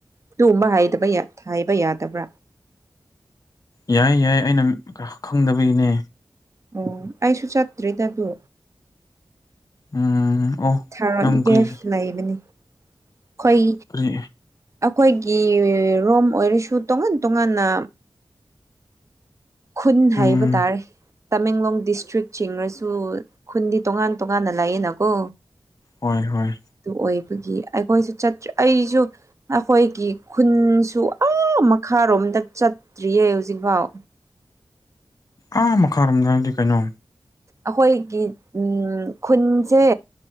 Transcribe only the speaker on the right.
ꯑꯗꯨꯒꯨꯝꯕ ꯍꯥꯏꯗꯕ ꯍꯥꯏꯕ ꯌꯥꯗꯕ꯭ꯔꯥ
ꯑꯣ ꯑꯩꯁꯨ ꯆꯠꯇ꯭ꯔꯤꯗ ꯑꯗꯨ
ꯊꯥꯔꯣꯟ
ꯀꯒꯦꯐ ꯂꯩꯕꯅꯤ ꯑꯩꯈꯣꯏ
ꯑꯩꯈꯣꯏꯒꯤ ꯔꯣꯝ ꯑꯣꯏꯔꯁꯨ ꯇꯣꯉꯥꯟ ꯇꯣꯉꯥꯟꯅ ꯈꯨꯟ
ꯍꯥꯏꯕ ꯇꯥꯔꯦ ꯇꯃꯦꯡꯂꯣꯡ ꯗꯤꯁꯇ꯭ꯔꯤꯛ ꯆꯤꯡꯔꯁꯨ ꯈꯨꯟꯗꯤ ꯇꯣꯉꯥꯟ ꯇꯣꯉꯥꯟꯅ ꯂꯥꯛꯌꯦꯅꯀꯣ
ꯑꯗꯨ ꯑꯣꯏꯕꯒꯤ ꯑꯩꯈꯣꯏꯁꯨ ꯆꯠꯇꯔꯤ ꯑꯩꯁꯨ ꯑꯩꯈꯣꯏꯒꯤ ꯈꯨꯟꯁꯨ ꯑꯏ ꯃꯈꯥꯔꯣꯝꯗ ꯆꯠꯇ꯭ꯔꯤꯌꯦ ꯍꯧꯖꯤꯛꯐꯥꯎ
ꯑꯩꯈꯣꯏꯒꯤ ꯎꯝ ꯈꯨꯟꯁꯦ